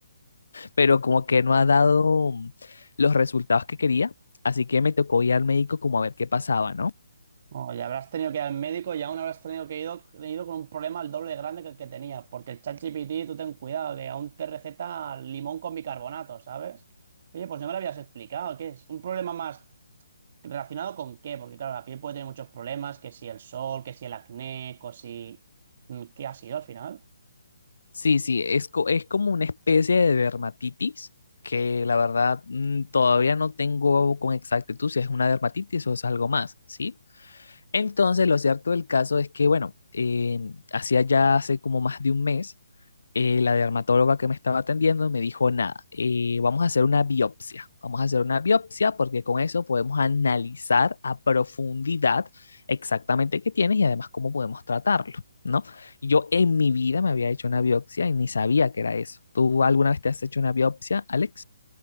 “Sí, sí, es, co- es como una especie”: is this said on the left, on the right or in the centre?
Left